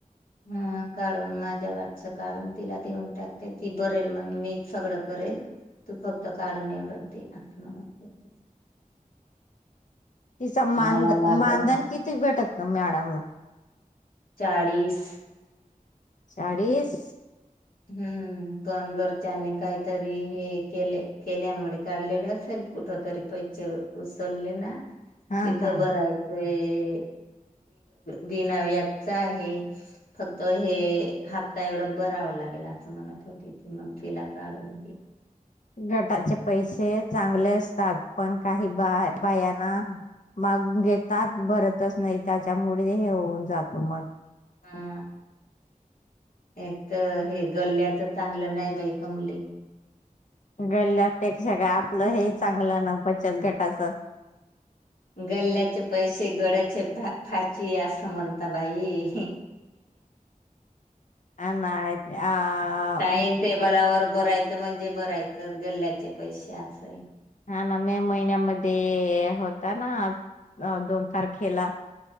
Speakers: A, on the left; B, on the left.
A: हा काढून माझ्या वाटच काढून तिला देऊन टाकते ती बरेल मग मी सगळं करेल तू फक्त काढून एवडून ते असं म्हणत
B: तिचा माध
A: मला लागत
B: मानधन किती भेटत मॅडम ला
A: चाळीस
B: चाळीस
A: हम्म पण घरच्यांनी काहीतरी हे केले केल्यामुळे काढलेले असेल कुठ तरी पैसे उचलले ना.
B: हा
A: तिथं
B: हा.
A: भरायचे. बिनाव याचा आहे फक्त हे हप्ता एवढं भराव लागत. अस म्हणत होती ती मग तिला काढून
B: गटाचे पैसे चांगले असतात. पण काही बायाना मागून घेतात भरत तच नाही त्याच्यामुळे हे होऊन जातो मग.
A: हा एक तर हे गल्ल्याचं चांगलं नाही बाई कमली.
B: गंल्यापेक्षा काय आपलं हे चांगलं ना बचत गट. <inaudible>
A: गल्ल्याचे पैसे गळ्याचे फाशी असं म्हणता बाई.
B: हा ना आ
A: टाइम टेबलावर भरायचं म्हणजे भरायचं. गल्ल्याचे पैसे असाय
B: ह ना मे महिन्यामध्ये होता ना अ दोन तारखेला